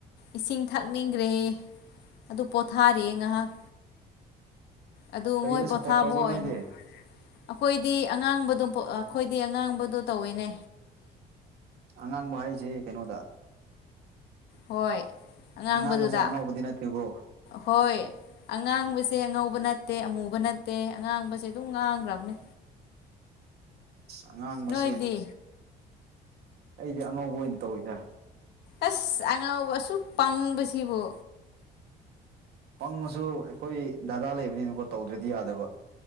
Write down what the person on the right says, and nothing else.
ꯀꯔꯤꯗ
ꯁꯞꯄꯣꯔꯠ ꯇꯧꯕ꯭ꯔꯣ
ꯅꯣꯏꯗꯤ
ꯑꯉꯥꯡꯕ ꯍꯥꯏꯖꯦ ꯀꯩꯅꯣꯗ
ꯑꯉꯥꯡꯕꯁꯦ ꯑꯉꯧꯕꯗꯤ ꯅꯠꯇꯦꯀꯣ
ꯑꯉꯥꯡꯕꯁꯤ
ꯑꯩꯗꯤ ꯑꯉꯧꯕ ꯑꯣꯏꯅ ꯇꯧꯋꯤꯗ
ꯄꯪꯉꯁꯨ ꯑꯩꯈꯣꯏ ꯗꯥꯗꯥ ꯂꯩꯕꯅꯤꯅꯀꯣ ꯇꯧꯗ꯭ꯔꯗꯤ ꯌꯥꯗꯕ